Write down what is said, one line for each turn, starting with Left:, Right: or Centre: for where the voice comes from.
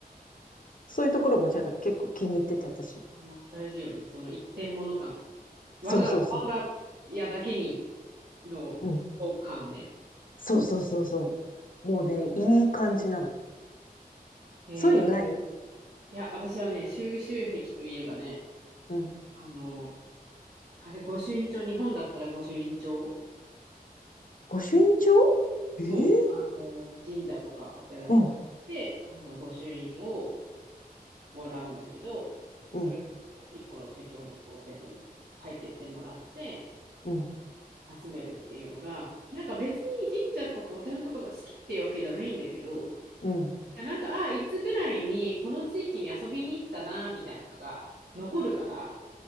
Left: そういうところもちょっと結構気に入ってて、私。
Right: あの大事よね。その一点物感。我が、
Left: そうそうそう。
Right: 我が家だけにの
Left: うん。
Right: 感ね。
Left: そうそうそうそう。もうね、いい感じなの。
Right: えー、
Left: そういうのない
Right: いや、私はね、収集癖といえばね、
Left: うん。
Right: あの、あれ、御朱印帳、日本だったら御朱印帳、
Left: 御朱印帳
Right: そう、
Left: ええ。
Right: あの、神社とかお寺とか行って、
Left: うん、
Right: あの、御朱印をもらうんだけど、
Left: うん、
Right: それを一個の手帳にこう全部書いてってもらって
Left: うん、
Right: 集めるっていうのが、なんか別に神社とかお寺とかが好きっていうわけじゃないんだけど、
Left: うん。
Right: なんか、あいつぐらいにこの地域に遊びに行ったな、みたいなのが残るから、